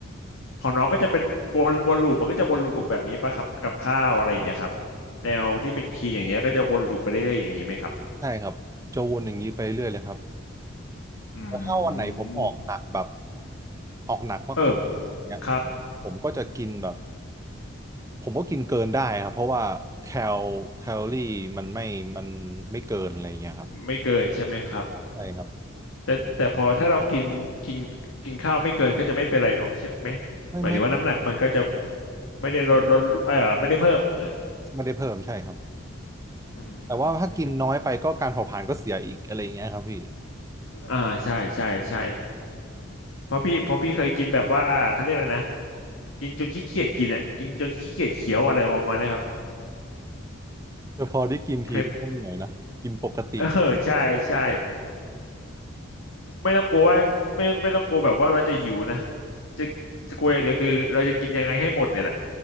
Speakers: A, on the left (about 70°); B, on the right (about 15°).
A: ของน้องก็จะเป็นวนวนลูปมันก็จะวนลูปแบบนี้ป่ะครับกับข้าวอะไรอย่างเงี้ยครับแนวที่เป็นคีย์อย่างเงี้ยก็จะวนลูปไปเรื่อยๆอย่างนี้ไหมครับ
B: ใช่ครับจะวนอย่างนี้ไปเรื่อยเลยครับ
A: อืม
B: แต่ถ้าวันไหนผมออกหนักแบบออกหนักมากๆอย่างเนี่ยผมผมก็จะกินแบบ
A: เออครับ
B: ผมก็กินเกินได้ครับเพราะว่าแคลแคลอรี่มันไม่มันไม่เกินอะไรอย่างเงี้ยครับ
A: ไม่เกินใช่ไหมครับ
B: ใช่ครับ
A: แต่แต่พอถ้าเรากินกินกินข้าวไม่เกินก็จะไม่เป็นไรเนาะใช่ไหม
B: ไม่ไม่
A: หมายถึงว่าน้ำหนักมันก็จะไม่ได้ลดลดเออไม่ได้เพิ่มเออ
B: ไม่ได้เพิ่มใช่ครับ
A: อื
B: แต่ว่าถ้ากินน้อยไปก็การเผาผลาญก็เสียอีกอะไรอย่างเงี้ยครับพี่
A: มอ่าใช่ใช่ใช่เพราะพี่เพราะพี่เคยกินแบบว่าเขาเรียกอะไรนะกินจนขี้เกียจกินอ่ะกินจนขี้เกียจเคี้ยวอะไรประมาณเนี้ครับ
B: แต่พอได้กินทีก็เหนื่อยนะกินปกติ
A: เคย <laughs> เออใช่ใช่ไม่ต้องกลัวว่าไม่ไม่ต้องกลัวแบบว่าเราจะหิวนะจะจะกลัวอย่างเดียวคือเราจะกินยังไงให้หมดเนี่ยแหละ